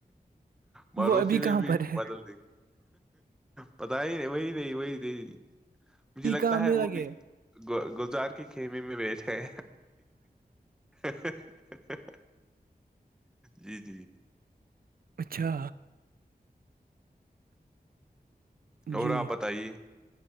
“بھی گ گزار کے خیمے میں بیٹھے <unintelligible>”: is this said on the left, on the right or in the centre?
Centre